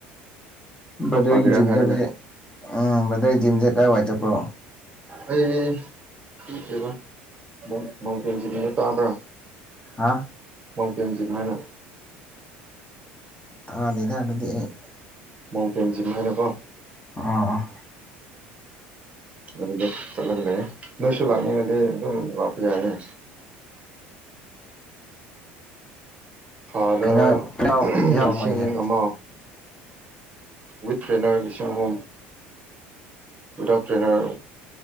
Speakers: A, on the right; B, on the left.
A: ꯈꯔ
B: ꯕꯗꯔꯒꯤ
A: ꯐꯒꯦꯔꯥ
B: ꯖꯤꯝ
A: ꯍꯥꯏꯔꯒ
B: ꯆꯠꯄꯁꯦ ꯕ꯭ꯔꯗꯔꯒꯤ ꯖꯤꯝꯁꯦ ꯀꯥꯏꯋꯥꯏ ꯆꯠꯄ꯭ꯔꯣ
A: ꯑꯩ ꯀꯕ <unintelligible> ꯃꯥꯎꯟꯇꯦꯟ ꯖꯤꯝꯅ ꯇꯥꯕ꯭ꯔꯥ
B: ꯍꯥ
A: ꯃꯥꯎꯇꯦꯟ ꯖꯤꯝ ꯍꯥꯏꯅ
B: ꯇꯥꯗꯦꯗ ꯑꯗꯨꯗꯤ ꯑꯩ
A: ꯃꯥꯎꯇꯦꯟ ꯖꯤꯝ ꯍꯥꯏꯅꯀꯣ
B: ꯑꯣ ꯑꯣ
A: ꯑꯗꯨꯗ ꯆꯠꯂꯒ ꯂꯩꯌꯦ ꯅꯣꯏꯁꯨ ꯂꯥꯛꯅꯤꯡꯉꯗꯤ ꯑꯗꯨꯝ ꯂꯥꯛꯄ ꯌꯥꯏꯌꯦ ꯊꯥꯗ
B: ꯀꯩꯅꯣ ꯌꯥꯎꯔ
A: ꯂꯤꯁꯤꯡ
B: ꯃꯣꯏꯁꯦ
A: ꯑꯃ ꯋꯤꯠ ꯇ꯭ꯔꯦꯅꯔ ꯂꯤꯁꯤꯡ ꯑꯍꯨꯝ without trainer